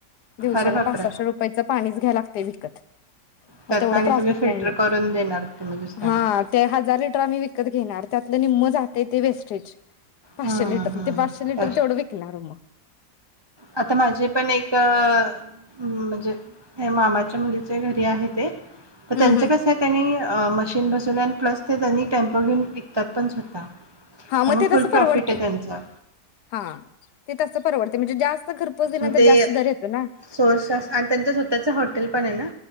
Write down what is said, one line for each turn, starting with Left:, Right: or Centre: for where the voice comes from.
Left: दिवसाला
Right: अरे बापरे!
Left: पासाशे रुपयाचं पाणीच घ्याव लागत. ते <inaudible> मग
Right: त्यात
Left: तेवढ
Right: आणि
Left: प्रॉफिट
Right: तुम्ही फिल्टर
Left: नाही येत
Right: करून देणार तुम्ही दुसऱ्यांना.
Left: हा ते हाजार लिटर आम्ही विकत घेणार त्यातल निम्म जातय ते वेस्टेज. पाचशे
Right: हम्म
Left: लिटर
Right: हम्म
Left: ते पाचशे लिटर
Right: तस-
Left: तेवढं विकनार म
Right: आता माझे पण एक म्हणजे मामा मुलीचे घरी आहे ते तर
Left: हम्
Right: त्यांच
Left: हम
Right: कस आहे त्यांनी मशीन बसवल्यान प्लस ते त्यांनी टेम्पो घेऊन विकतात पण स्वतः.
Left: हा मग
Right: त्यामुळे
Left: ते
Right: फुल
Left: तसं परवडतय
Right: प्रॉफिट आहे त्यांचा
Left: हा ते तस परवडत म्हणजे जास्त खरपोच दिल्यानंतर
Right: म ते
Left: जास्त दर येतो ना
Right: सोर्स आणि त्यांच स्वतःच हॉटेल पण आहे ना.